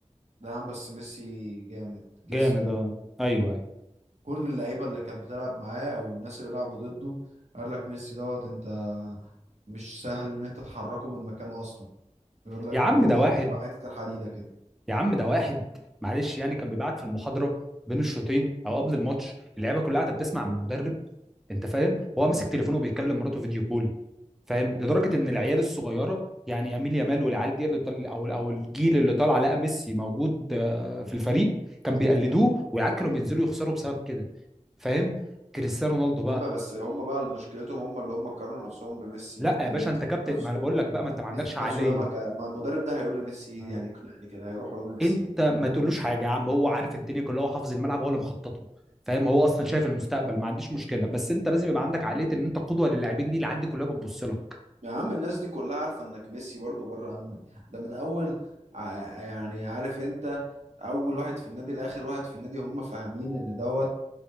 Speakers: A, on the right; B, in the centre.
A: ده عم بس ميسي جامد جسمه
B: جامد اه ايوه ايوه
A: كل اللعيبه اللي كانت بتلعب معاه والناس اللي لعبوا ضده قال لك ميسي دوت انت مش سهل ان انت تحركه من مكانه اصلا يقول لك
B: يا عم
A: اللي هو
B: ده
A: عامل
B: واحد
A: شبه حته الحديده كده
B: يا عم ده واحد معلش يعني كان بيبعت في المحاضره بين الشوطين او قبل الماتش اللعيبه كلها قاعده بتسمع من المدرب انت فاهم وهو ماسك تليفونه وبيكلم مراته فيديو كول فاهم لدرجه ان العيال الصغيره يعني يميل يامال والعيال دي اللي طل... او او الجيل اللي طالع لقى ميسي موجود آه، في الفريق كان بيقلدوه والعيال كانوا بينزلوا يخسروا بسبب كده فاهم كريستيانو رونالدو بقى
A: اما بس هم بقى مشكلتهم هم اللي هم قارنوا نفسهم بميسي
B: لا
A: لكن
B: يا باشا
A: ميسي
B: انت كابتن
A: نفسه
B: ما انا بقول لك بقى ما انت ما عندكش
A: ميسي نفسه
B: عقليه
A: ده ما, ك... ما المدرب ده هيقول لميسي ايه
B: آه.
A: يعني يقنعني كده هيروح يقول لميسي
B: انت
A: ايه
B: ما تقولوش حاجه يا عم هو عارف الدنيا كلها هو حافظ الملعب هو اللي مخطط له فاهم هو اصلا شايف المستقبل ما عنديش مشكله بس انت لازم يبقى عندك عقليه ان انت قدوه للاعبين دي العيال دي كلها بتبص لك
A: يا عم الناس دي كلها عارفه انك ميسي برضو بره عنك ده من اول ع- يعني عارف انت اول واحد في النادي لاخر واحد في النادي هم فاهمين ان دوت